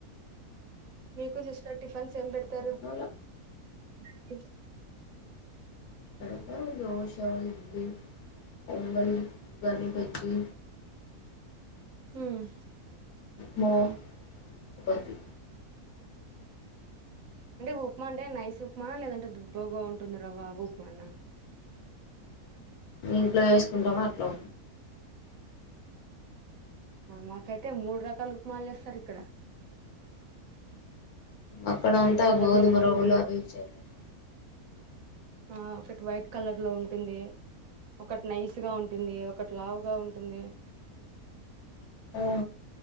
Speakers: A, on the right; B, on the left.
A: మీకు సిస్టర్ టిఫ్ ఫన్న్స్ ఏం పెడతారు
B: తిరుమల
A: నాకే
B: నాక దోస, ఇడ్లీ, పొంగలి, ఉగ్గని బజ్జీ
A: హుమ్
B: మో చపాతి
A: అంటే ఉప్మా అంటే నైస్ ఉప్మానా లేదంటే దుబ్బగా ఉంటుంది రవా ఆ ఉప్మానా
B: ఇంట్లో వేసుకుంటాము అట్లా
A: మాకైతే మూడు రకాల ఉప్మాలు చేస్తారు ఇక్కడ
B: అక్కడ
A: ఒకటి వైట్
B: అంతా
A: కలర్
B: గోధుమ
A: లో ఉంటుంది
B: రవ్వలు అవి ఇవి చేస్తారు
A: ఆ ఒకటి వైట్ కలర్ లో ఉంటుంది ఒకటి నైస్ గా ఉంటుంది ఒకటి లావుగా ఉంటుంది
B: ఆ